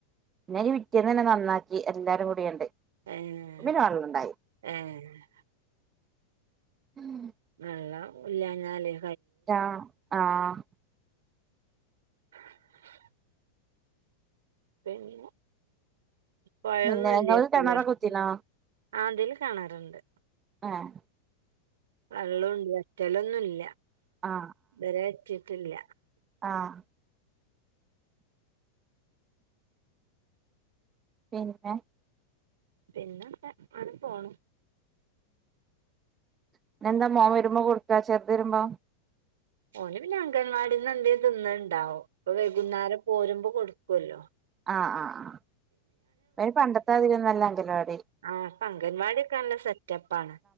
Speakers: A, on the right; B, on the right.
A: പിന്നെ അയിൻ്റെ പിറ്റേന്നന്നെ നന്നാക്കി എല്ലാരും കൂടിയാണ്ട്.
B: ഏഹ്
A: പിന്നെ വെള്ളണ്ടായി
B: ഏഹ്
A: <inaudible>
B: വെള്ളം ഇല്ലാഞ്ഞാലേ
A: റ്റാ ആഹ്
B: <inaudible> പിന്നെ പൊഴൊന്നും
A: പിന്നെ നിങ്ങള്
B: ഇല്ലേക്കു
A: കിണറ്
B: ലെ അട്ത്ത്?
A: കുത്തിനോ
B: ആഹ് തിൽ കെണറ്ണ്ട്.
A: ആഹ്
B: വെള്ളുണ്ട് വറ്റലൊന്നുല്ല
A: ആ
B: ഇതരെ വറ്റീട്ടില്ല.
A: ആഹ് പിന്നെ
B: പിന്നൊക്കെ അങ്ങനെ പോണു.
A: ഇന്നെന്താ മോൻ വരുമ്പം കൊട്ക്കാ, ചെർത് വരുമ്പം?
B: ഓന് പിന്നെ അങ്കൻവാടിന്ന് എന്തേം തിന്ന് ണ്ടാവും. ഇപ്പൊ വൈകുന്നേരം പോരുമ്പം കൊട്‌ക്ക്വല്ലോ.
A: ആഹ് ആഹ് ആഹ് ഇപ്പയ്ന് പണ്ടത്താതിര്യൊന്നല്ലാ അങ്കലവാടി
B: ആഹ് ഇപ്പ അങ്കൻവാടിയൊക്കെ നല്ല സെറ്റപ്പാണ്.